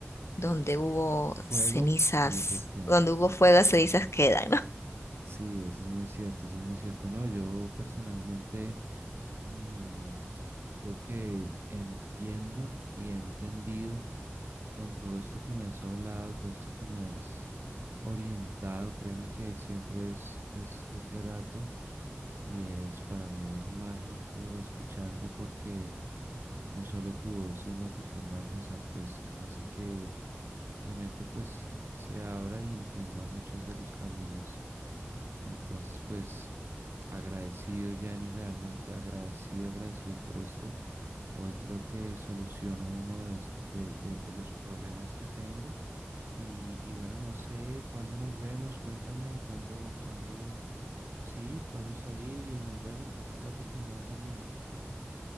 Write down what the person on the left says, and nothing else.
donde hubo
cenizas,
donde hubo fuego, cenizas quedan,